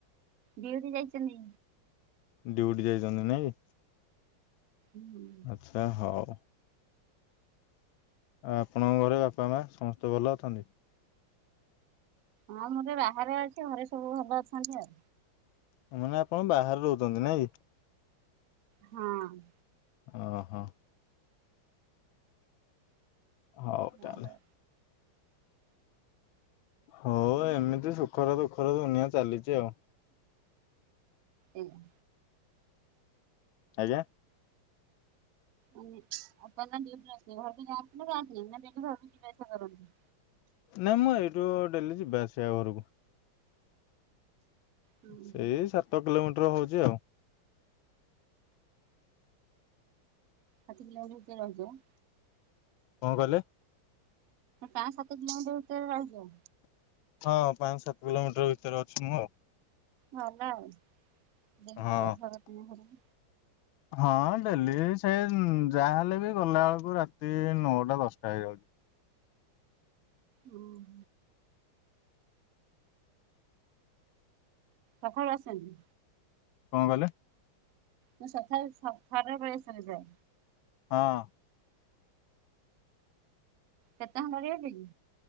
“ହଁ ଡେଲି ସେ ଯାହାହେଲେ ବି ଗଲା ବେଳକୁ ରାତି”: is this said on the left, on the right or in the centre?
Left